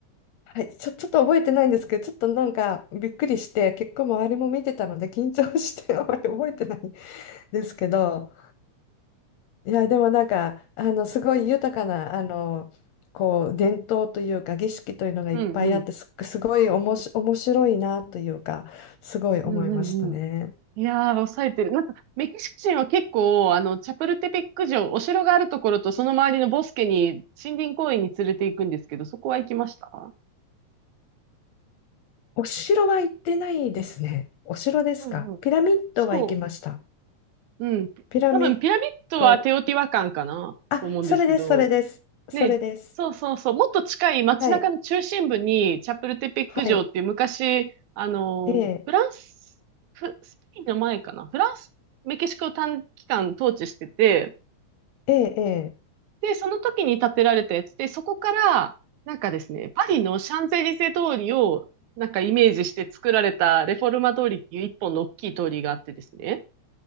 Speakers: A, on the left; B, on the right.
A: はい、ちょ、ちょっと覚えてないんですけど、ちょっとなんかびっくりして、結構周りも見てたので緊張して <laughs> あまり覚えてないですけど、いや、でもなんか、あの、すごい豊かな、あの、こう、伝統というか、儀式というのがいっぱいあって、
B: うんうん。
A: す、すごいおもし、面白いなというか、すごい思いましたね。
B: うんうんうん。いやー、抑えてる。なんか、メキシコ人は結構、あの、チャプルテペック城、お城があるところと、その周りのボスケに、森林公園に連れて行くんですけど、そこは行きました
A: お城は行ってないですね。お城ですかピラミッドは行きました。
B: うんうん。そう。うん。
A: ピラミッ
B: 多分、ピラミッドはテオティワカンかなと思うんですけど、
A: ド。あ、それです、それです。それです。
B: ね、そうそうそう、もっと近い街中の中心部に、
A: はい。
B: チャプルテペック城っていう昔、
A: はい。
B: あの、
A: ええ、
B: フランス、フ、スペインの前かな、フランス、メキシコを短期間統治してて、
A: ええ、
B: で、その時に建てられたやつで、そこから、なんかですね、パリのシャンゼリゼ通りを、なんかイメージして作られたレフォルマ通りっていう一本の大きい通りがあってですね。